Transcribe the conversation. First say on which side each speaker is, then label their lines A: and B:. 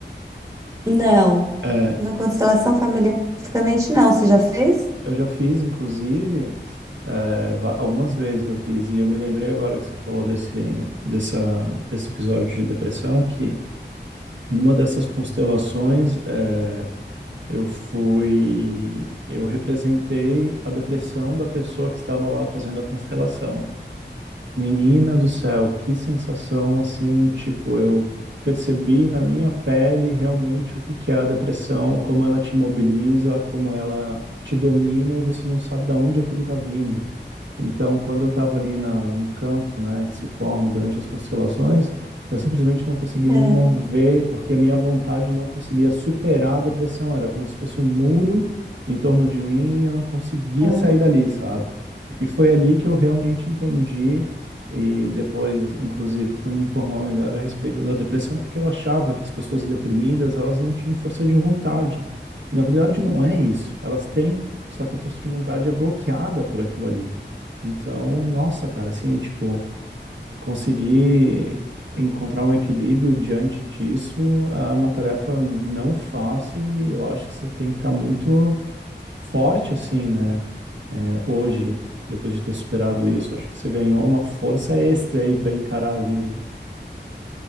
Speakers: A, on the right; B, on the right.
A: Não.
B: É,
A: Na constelação familiar, especificamente, não. Você já fez?
B: eu já fiz, inclusive, é, va- algumas vezes eu fiz, e eu me lembrei agora que você falou desse, dessa, desse episódio de depressão, que numa dessas constelações, é, Eu fui, eu representei a depressão da pessoa que estava lá fazendo a constelação. Menina do céu, que sensação assim, tipo, eu percebi na minha pele realmente o que que é a depressão, como ela te mobiliza, como ela te domina e você não sabe de onde aquilo está vindo. Então, quando eu estava ali na, no campo, né, que se forma durante as constelações, eu simplesmente não conseguia
A: É.
B: me mover, porque a minha vontade não conseguia superar a depressão. Era como se fosse um muro em torno de mim e eu não conseguia
A: aham,
B: sair dali, sabe? E foi ali que eu realmente entendi, e depois, inclusive, fui me informar melhor a respeito da depressão, porque eu achava que as pessoas deprimidas, elas não tinham força de vontade. E, na verdade, não é isso. Elas têm, só que a força de vontade é bloqueada por aquilo ali. Então, nossa, cara, assim, tipo, conseguir encontrar um equilíbrio diante disso é uma tarefa não fácil e eu acho que você tem que estar muito forte, assim, né? É, hoje, depois de ter superado isso, acho que você ganhou uma força extra aí para encarar a vida.